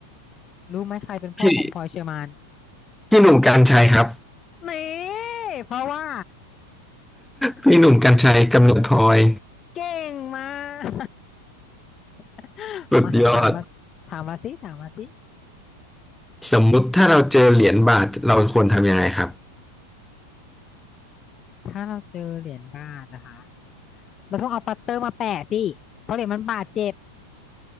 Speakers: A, on the left; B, in the centre.
A: รู้ไหมใครเป็นพ่อของพลอยเชอร์แมน
B: พี่พี่หนุ่มกรรชัยครับ
A: นี่เพราะว่า
B: พี่หนุ่มกรรชัยกำเนิดพลอย
A: เก่งมาก <laughs>
B: สุดยอด
A: มาถามมาถามมาสิถามมาสิ
B: สมมุติถ้าเราเจอเหรียญบาทเราควรทำยังไงครับ
A: ถ้าเราเจอเหรียญบาทนะคะเราต้องเอาปัตเตอร์มาแปะสิเพราะเหรียญมันบาดเจ็บ